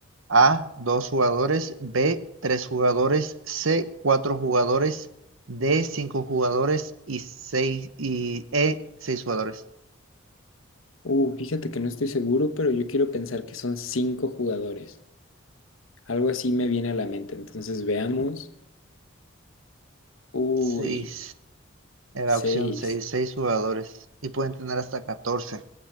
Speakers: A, on the right; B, on the left.
A: A, dos jugadores, B, tres jugadores, C, cuatro jugadores, D, cinco jugadores y seis y E, seis jugadores.
B: Uh, fíjate que no estoy seguro, pero yo quiero pensar que son cinco jugadores. Algo así me viene a la mente. Entonces veamos. Uy,
A: Seis. Era
B: seis.
A: opción seis, seis jugadores. Y pueden tener hasta 14.